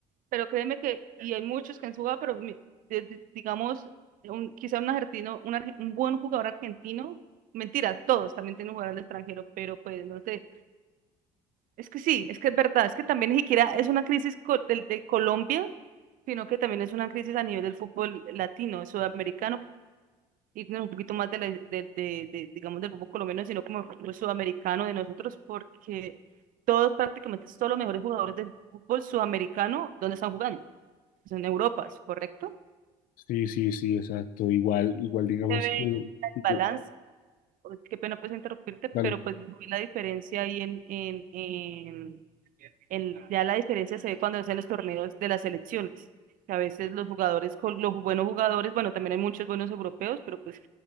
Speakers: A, on the right; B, on the left.
A: pero créeme que, y hay muchos que han jugado, pero mi- de- de- digamos, un, quizá un argentino, un, arge- un buen jugador argentino, mentiras, todos también tienen que jugar al extranjero, pero pues no sé, es que sí, es que es verdad, es que también ni siquiera es una crisis co- del- de, Colombia, sino que también es una crisis a nivel del fútbol latino, sudamericano, y no, un poquito más de, la- de, de- de, digamos, del fútbol colombiano, sino como el fútbol sudamericano de nosotros, porque todos prácticamente, todos los mejores jugadores del fútbol sudamericano, ¿dónde están jugando? pues, en Europa, ¿es correcto?
B: Sí, sí, sí, exacto. Igual, igual digamos,
A: Se ve
B: no,
A: el
B: digo,
A: balance. Uy, Qué pena pues interrumpirte,
B: dale.
A: pero pues vi la diferencia ahí en, en, en, en- ya la diferencia se ve cuando hacen los torneos de las selecciones. que A veces los jugadores, con los buenos jugadores, bueno, también hay muchos buenos europeos, pero pues